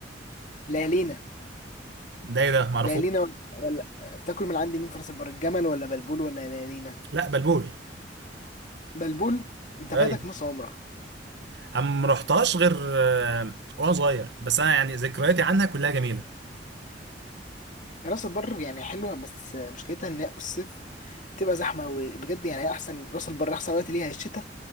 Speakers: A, on the left; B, on the right.
A: ليالينا
B: ده ايه ده معرفوش
A: ليالينا ولا ولا بتاكل من عندي مين في راس البر الجمل ولا بلبول ولا ليالينا
B: لا بلبول
A: بلبول انت
B: اي
A: فاتك نص عمرك
B: انا ما رحتهاش غير آه، وانا صغير بس انا يعني ذكرياتي عنها كلها جميله
A: راس البر يعني حلوه بس مشكلتها ان هي الصيف بتبقى زحمه قوي بجد يعني هي احسن راس البر احسن وقت ليها الشتاء